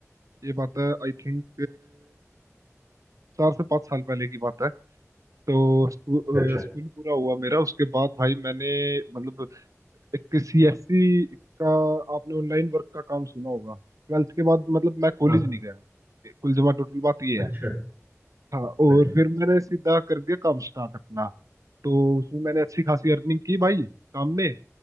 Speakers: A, on the right; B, on the right.
A: ये बात है आई थिंक चार से पाँच साल पहले की बात है तो स्कूल
B: अच्छा अच्छा
A: स्कूल पूरा हुआ मेरा उसके बाद भाई मैंने मतलब एक सीएससी का आपने ऑनलाइन वर्क का काम सुना होगा ट्वेल्थ के बाद मतलब मैं कॉलेज
B: हाँ
A: नहीं गया कुल जमा टोटल बात ये
B: अच्छा
A: है हाँ और
B: अच्छा
A: फिर मैंने सीधा कर दिया काम स्टार्ट अपना तो उसमें मैंने अच्छी खासी अर्निंग की भाई काम में